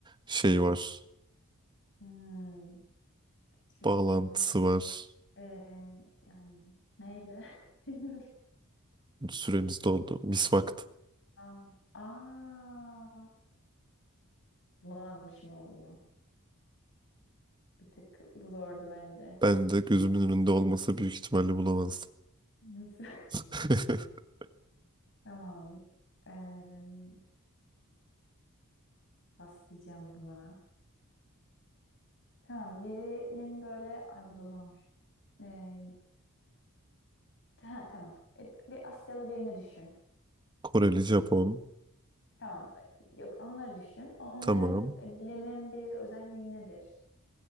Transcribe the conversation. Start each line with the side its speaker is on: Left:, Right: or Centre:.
Right: şey var
Left: Hmm, hiçbir
Right: bağlantısı
Left: fikrim yok.
Right: var.
Left: Ee, yani neyle? <laughs> Bilmiyorum.
Right: Süremiz doldu. Mis vakti.
Left: Aa, aa, bulamadım şimdi olduğunu. Bir tık bu zordu bence.
Right: Ben de gözümün önünde olmasa büyük ihtimalle bulamazdım.
Left: Misal.
Right: <laughs>
Left: <laughs> Tamam. Ee, pas diyeceğim buna. Tamam birinin böyle... Ay bu da zormuş. Ee, ta- tamam. E, bir Asyalı birini düşün.
Right: Koreli, Japon.
Left: Tamam. Yok onları düşün. Onların
Right: Tamam.
Left: bilinen bir özelliği nedir?